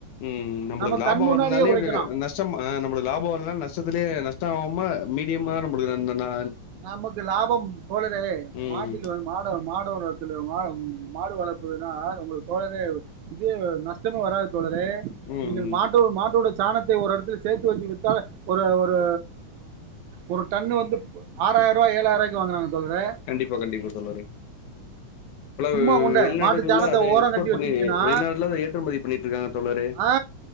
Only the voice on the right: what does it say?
நம்ம
கண் முன்னாடியே
உழைக்கலா
நமக்கு லாபம் தோழரே
மாட்டிலோன் மாடோ மாடோலத்துல மா மாடு வளர்ப்புனா உங்களுக் தோழரே இது நஷ்டமே வராது தோழரே
நீங்க மாட்டோ மாட்டோட சாணத் த ஒரு எடத்துல சேத்து வச்சு வித்தா ஒரு ஒரு ஒரு டன்னு வந்து ஆறாயிரூவா ஏலாய்ரூவாய்க்கு வாங்குறாங்க தோழரே
சும்மா கொண்ட
மாட்டு சாணத்த
ஓரம்
கட்டி
வச்சிருந்தீங்கன்னா
ஆ